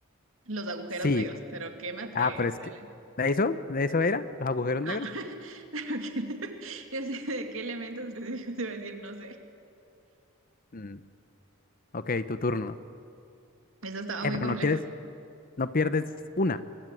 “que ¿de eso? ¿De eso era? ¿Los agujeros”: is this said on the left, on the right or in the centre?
Left